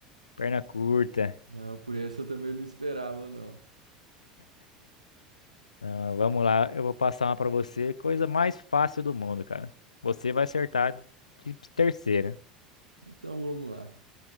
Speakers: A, on the left; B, on the right.
A: perna curta.
B: Não, por essa eu também não esperava, não.
A: Não, vamos lá, eu vou passar uma pra você, coisa mais fácil do mundo, cara. Você vai acertar de terceira.
B: Então vamos lá.